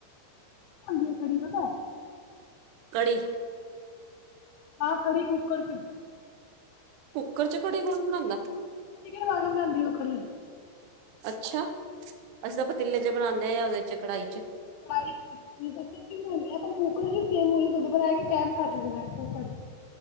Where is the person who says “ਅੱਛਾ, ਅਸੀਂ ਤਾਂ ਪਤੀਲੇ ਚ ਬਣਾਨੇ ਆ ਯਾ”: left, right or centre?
Right